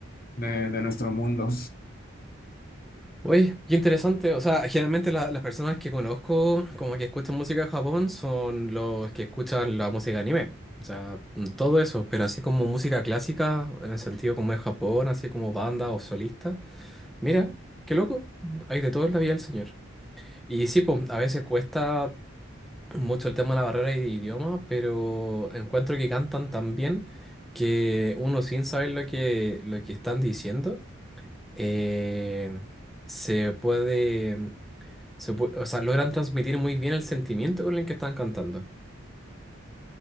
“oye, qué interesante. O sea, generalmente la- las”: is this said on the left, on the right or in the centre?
Centre